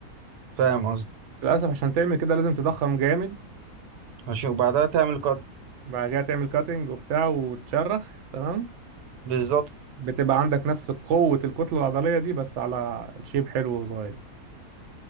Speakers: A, on the right (about 85°); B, on the right (about 65°).
A: فاهم قصدي
B: بس للاسف عشان تعمل كده لازم تضخم جامد
A: ماشي وبعدها تعمل كات
B: بعد كده تعمل كاتنج وبتاع وتشرخ تمام
A: بالظبط
B: بتبقى عندك نفس قوة الكتلة العضلية دي بس على شيب حلو وصغير